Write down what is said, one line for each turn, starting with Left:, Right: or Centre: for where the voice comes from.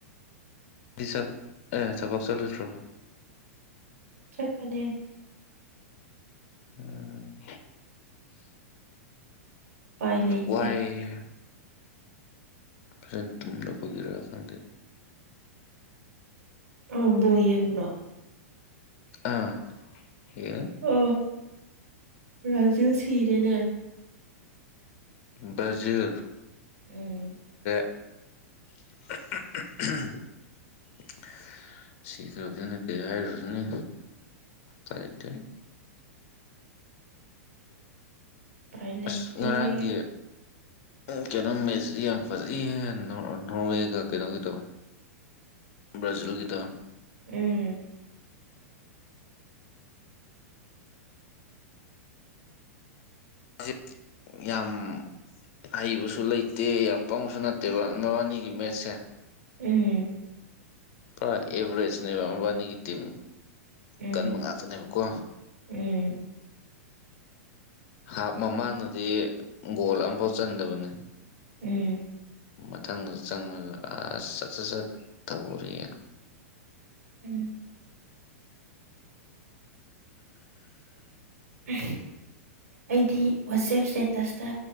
Left: ꯄꯤꯁꯛ ꯑꯦ ꯊꯕꯛ ꯆꯠꯂꯣꯢꯇ꯭ꯔꯣ
Right: ꯆꯠꯀꯅꯤ
Left: ꯎꯝ
Right: ꯎꯄꯥꯏ ꯂꯩꯇꯦ
Left: ꯋꯥꯥꯏꯌꯦ ꯐꯦꯟ ꯇꯨꯝꯅ ꯄꯨꯕꯒꯤꯔ ꯈꯪꯗꯦ
Right: ꯑꯧ ꯕꯣꯜ ꯌꯦꯡꯕ꯭ꯔꯣ
Left: ꯑꯥ ꯌꯦꯡꯢ
Right: ꯑ ꯕ꯭ꯔꯥꯖꯤꯜ ꯁꯤꯔꯦꯅꯦ
Left: ꯕ꯭ꯔꯖꯤꯜ
Right: ꯎꯝ
Left: <unintelligible> ꯁꯤꯇꯧꯗꯅ ꯀꯩ ꯍꯥꯏꯔꯨꯅꯤ ꯎꯄꯥꯢ ꯂꯩꯇꯦ
Right: ꯎꯄꯥꯏ ꯂꯩꯇꯦ
Left: ꯑꯁ ꯉꯔꯥꯡꯒꯤ
Right: <inaudible>
Left: ꯑꯪ ꯀꯩꯅꯣ ꯃꯦꯆꯁꯤ ꯌꯥꯝ ꯐꯖꯩꯌꯦ ꯅꯣꯔ ꯅꯣꯔꯋꯦꯒ ꯀꯩꯅꯣꯒꯗꯣ ꯕ꯭ꯔꯥꯖꯤꯜꯒꯤꯗꯣ
Right: ꯎꯝ
Left: ꯖꯤꯠ ꯌꯥꯝ ꯍꯩꯕꯁꯨ ꯂꯩꯇꯦ ꯌꯥꯝ ꯄꯪꯕꯁꯨ ꯅꯠꯇꯦꯕ ꯃꯕꯥꯟꯅꯤꯒꯤ ꯃꯦꯆꯁꯦ
Right: ꯎꯝ
Left: ꯄꯨꯔ ꯑꯦꯚ꯭ꯔꯦꯖꯅꯦꯕ ꯃꯕꯥꯟꯅꯤꯒꯤ ꯇꯤꯝ
Right: ꯎꯝ
Left: ꯀꯟꯕ ꯉꯥꯛꯇꯅꯦꯕꯀꯣ
Right: ꯎꯝ
Left: ꯍꯥꯞ ꯃꯃꯥꯡꯅꯗꯤ ꯒꯣꯜ ꯑꯝꯐꯥꯎ ꯆꯟꯗꯕꯅꯦ
Right: ꯎꯝ
Left: ꯃꯊꯪꯗ ꯆꯪꯉꯒ ꯑꯥ ꯁꯠ ꯁꯠ ꯁꯠ ꯇꯧꯔꯤ
Right: ꯎꯝ ꯎꯝ ꯑꯩꯗꯤ ꯋꯥꯆꯦꯞ ꯏꯁꯇꯦꯇꯁꯇ